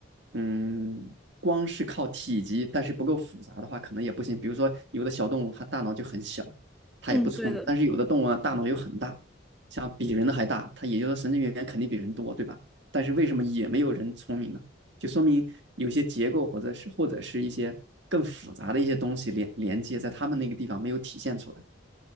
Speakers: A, on the right; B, in the centre.
A: 嗯，光是靠体积，但是不够复杂的话，可能也不行。比如说，有的小动物它大脑就很小，它也不聪明；
B: 嗯，对的。
A: 但是有的动物呢，大脑又很大，像比人的还大，它也就是说神经元肯定比人多，对吧？但是为什么也没有人聪明呢？就说明有些结构或者是或者是一些更复杂的一些东西连连接在他们那个地方没有体现出来。